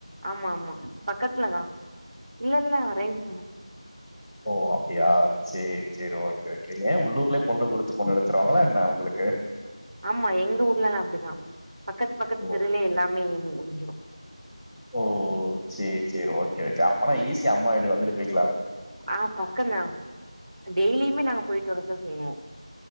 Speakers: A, on the right; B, in the centre.
A: ஆமா ஆமா பக்கத்துலதான் இல்ல இல்ல அரேஞ்ச் பண்ண
B: ஓ அப்படியா சேரி சேரி ஓகே ஓகே ஏன் உள்ளூர்லயே பொண்ணு குடுத்து பொண்ணு எடுத்துருவாங்களா என்ன உங்களுக்கு
A: ஆமா எங்க ஊர்லெல்லாம் அப்படிதான் பக்கத்து பக்கத்து
B: ஓ
A: தெருலே எல்லாமே முடிஞ்சுரு
B: ஓ சேரி சேரி ஓகே ஓகே அப்பனா ஈசி அம்மா வீடு வந்துட்டு போய்க்
A: ஆ பக்கம் தான் டெய்லுமே நாங்க போய்டு வர தான் செய்வோம்